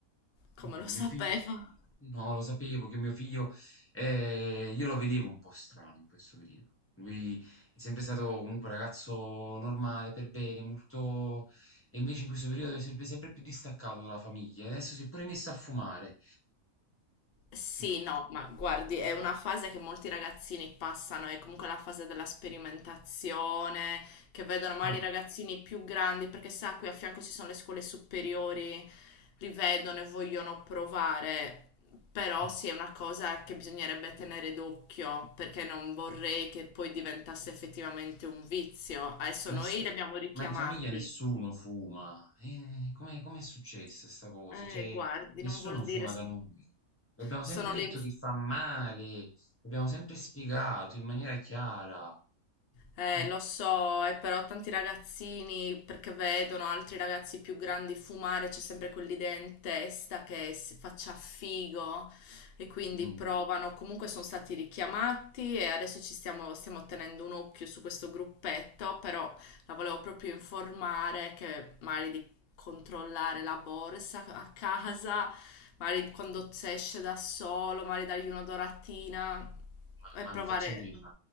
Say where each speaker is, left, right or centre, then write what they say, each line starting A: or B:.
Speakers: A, on the left; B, on the left.
A: come
B: No,
A: lo
B: Mio
A: sapeva.
B: figlio, no, lo sapevo che mio figlio, eh, io lo vedevo un po' strano in questo periodo. Lui è sempre stato comunque un ragazzo normale, per bene, molto... E invece in questo periodo è sempre, sempre più distaccato dalla famiglia. Adesso si è pure messo a fumare.
A: Sì,
B: Che co-
A: no, ma guardi, è una fase che molti ragazzini passano, è comunque la fase della sperimentazione, che vedono magari
B: Ah.
A: i ragazzini più grandi, perché sa, qui a fianco ci sono le scuole superiori, li vedono e vogliono provare, però
B: mm.
A: sì, è una cosa che bisognerebbe tenere d'occhio, perché non vorrei che poi diventasse effettivamente un vizio. Adesso
B: Ma
A: noi
B: è stra-
A: li abbiamo richiamati.
B: ma in famiglia nessuno fuma. Eh, come com'è successa sta cosa?
A: Eh,
B: Cioè,
A: guardi,
B: nessuno
A: non vuol
B: fuma
A: dire... se-
B: da noi. Abbiamo
A: Sono
B: sempre detto
A: le influenze.
B: che fa male, abbiamo sempre spiegato in maniera chiara.
A: Eh,
B: Mm,
A: lo so, e però tanti ragazzini, perché vedono altri ragazzi più grandi fumare, c'è sempre quell'idea in testa che si faccia figo e quindi
B: mm,
A: provano. Comunque sono stati richiamati e adesso ci stiamo, stiamo tenendo un occhio su questo gruppetto, però la volevo proprio informare che magari di controllare la borsa a casa, magari quando si esce da solo, magari dargli una doratina
B: ma,
A: e provare.
B: ma mi faccia capire, ma,